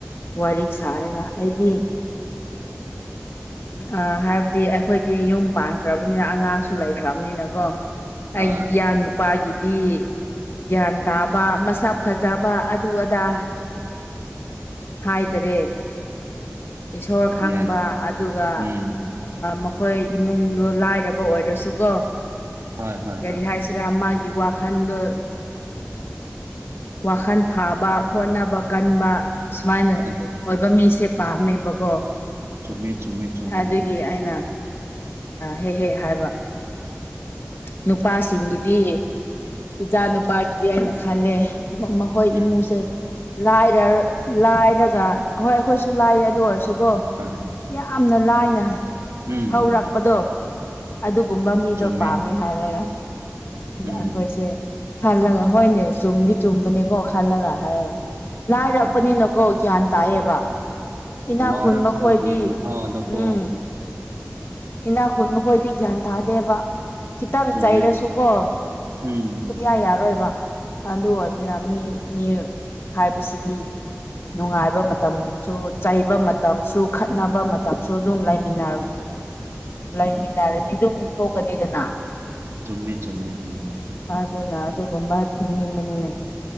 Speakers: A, on the left; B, on the right.
A: ꯋꯥꯔꯤ ꯁꯥꯔꯒ ꯑꯩꯗꯤ ꯑ ꯍꯥꯏꯕꯗꯤ ꯑꯩꯈꯣꯏꯗꯤ ꯌꯨꯝ ꯄꯥꯟꯈ꯭ꯔꯕꯅꯤꯅ ꯑꯉꯥꯡꯁꯨ ꯂꯩꯈ꯭ꯔꯕꯅꯤꯅꯀꯣ
B: ꯍꯣꯏ
A: ꯑꯩ ꯏ ꯅꯨꯄꯥꯒꯤ ꯗꯤ ꯒ꯭ꯌꯥꯟ ꯇꯥꯕ ꯃꯁꯛ ꯐꯖꯕ ꯑꯗꯨ ꯑꯗꯥ ꯍꯥꯏꯗꯔꯦ ꯏꯁꯣꯔ ꯈꯪꯕ
B: ꯒ꯭ꯌꯥꯟ
A: ꯑꯗꯨꯒ
B: ꯎꯝ
A: ꯃꯈꯣꯏ ꯏꯃꯨꯡꯗꯣ ꯂꯥꯏꯔꯕ ꯑꯣꯏꯔꯁꯨꯀꯣ
B: ꯍꯣꯏ ꯍꯣꯏ
A: ꯀꯔꯤ
B: ꯍꯣꯏ
A: ꯍꯥꯏꯁꯤꯔꯥ ꯃꯥꯒꯤ ꯋꯥꯈꯜꯗꯣ ꯋꯥꯈꯜ ꯐꯥꯕ ꯍꯣꯠꯅꯕ ꯀꯟꯕ ꯁꯨꯃꯥꯏꯅ
B: ꯑꯗꯨ
A: ꯑꯣꯏꯕ ꯃꯤꯁꯦ ꯄꯥꯝꯃꯦꯕꯀꯣ
B: ꯆꯨꯝꯃꯦ ꯆꯨꯝꯃꯦ ꯆꯨꯝꯃꯦ
A: ꯑꯗꯨꯒꯤ
B: ꯎꯝ
A: ꯑꯩꯅ ꯍꯦꯛ ꯍꯦꯛ ꯍꯥꯏꯕ ꯅꯨꯄꯥꯁꯤꯡꯒꯤꯗꯤ ꯏꯆꯥ ꯅꯨꯄꯥꯒꯤꯗꯤ ꯑꯩꯅ ꯈꯜꯂꯦ ꯃꯈꯣꯏ
B: ꯎꯝ
A: ꯏꯃꯨꯁꯦ ꯂꯥꯏꯔ ꯂꯥꯏꯔꯒ ꯍꯣꯏ ꯑꯩꯈꯣꯏꯁꯨ ꯂꯥꯏꯌꯦ ꯑꯗꯨ ꯑꯣꯏꯔꯁꯨꯀꯣ
B: ꯍꯣꯏ
A: ꯌꯥꯝꯅ ꯂꯥꯏꯅ
B: ꯎꯝ
A: ꯍꯧꯔꯛꯄꯗꯣ ꯑꯗꯨ ꯒꯨꯝꯕ ꯃꯤꯗꯣ
B: ꯆꯨꯝꯃꯦ
A: ꯄꯥꯝꯃꯦ ꯍꯥꯏꯔꯒ
B: ꯎꯝ
A: ꯑꯩꯈꯣꯏꯁꯦ ꯈꯜꯂꯒ ꯍꯣꯏꯅꯦ ꯆꯨꯝꯗꯤ ꯆꯨꯝꯕꯅꯦꯀꯣ ꯈꯜꯂꯒ ꯍꯥꯏꯔꯒ ꯂꯥꯏꯔꯛꯄꯅꯤꯅꯀꯣ
B: ꯎꯝ
A: ꯒ꯭ꯌꯥꯟ ꯇꯥꯏꯑꯕ ꯏꯅꯥꯛ
B: ꯋꯥꯔꯛꯄꯒꯤ
A: ꯈꯨꯨꯟ ꯃꯈꯣꯏꯗꯤ
B: ꯃꯍꯥꯎꯗꯀꯣ
A: ꯎꯝ ꯏꯅꯥꯛ ꯈꯨꯟ ꯃꯈꯣꯏꯗꯤ ꯒ꯭ꯌꯥꯟ ꯇꯥꯗꯦꯕ ꯈꯤꯇꯪ
B: ꯆꯨꯝꯃꯦ
A: ꯆꯩꯥꯏꯔꯁꯨꯀꯣ
B: ꯎꯝ
A: ꯁꯨꯡꯌꯥ ꯌꯥꯔꯣꯏꯕ ꯑꯗꯨ ꯑꯣꯏꯕ ꯑꯗꯨꯅ ꯃꯤ ꯍꯥꯏꯕꯁꯤꯗꯤ ꯅꯨꯡꯉꯥꯏꯕ ꯃꯇꯝꯁꯨ ꯆꯩꯕ ꯃꯇꯝꯁꯨ ꯈꯠꯅꯕ ꯃꯇꯝꯁꯨ ꯑꯗꯨꯝ ꯂꯩꯃꯤꯟꯅ ꯂꯩꯃꯤꯟꯅꯔꯗꯤ ꯑꯗꯨꯝ ꯊꯣꯛꯀꯥꯗꯅ
B: ꯆꯨꯝꯃꯦ ꯆꯨꯝꯃꯦ ꯎꯝ
A: ꯑꯗꯨꯅ ꯑꯗꯨꯒꯨꯝꯕ ꯊꯤꯅꯤꯡꯕꯅꯤꯅꯦ